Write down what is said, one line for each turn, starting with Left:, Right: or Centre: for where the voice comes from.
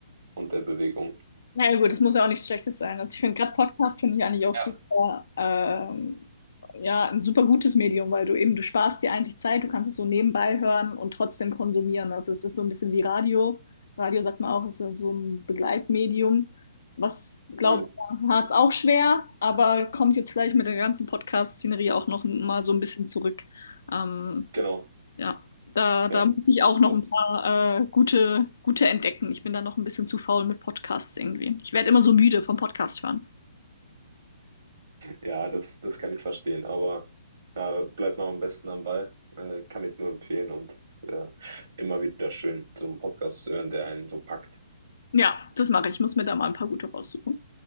Right: und der Bewegung.
Left: Naja gut, das muss ja auch nichts Schlechtes sein. Also ich finde gerade Podcast finde ich eigentlich auch
Right: Ja.
Left: super, ähm, ja, ein super gutes Medium, weil du eben, du sparst dir eigentlich Zeit, du kannst es so nebenbei hören und trotzdem konsumieren. Also es ist so ein bisschen wie Radio. Radio sagt man auch, ist ja so ein Begleitmedium, was, glaube
Right: Mhm.
Left: ich, hat es auch schwer, aber kommt jetzt vielleicht mit der ganzen Podcast-Szenerie auch noch mal so ein bisschen zurück. Ähm,
Right: Genau,
Left: ja, da,
Right: ja.
Left: da muss ich auch noch
Right: Das,
Left: ein paar äh, gute, gute entdecken. Ich bin da noch ein bisschen zu faul mit Podcasts irgendwie. Ich werde immer so müde vom Podcast hören.
Right: ja, das, das kann ich verstehen, aber da bleibt man am besten am Ball, äh, kann ich nur empfehlen und es ist äh, immer wieder schön, so einen Podcast zu hören, der einen so packt.
Left: Ja, das mache ich. Ich muss mir da mal ein paar gute raussuchen.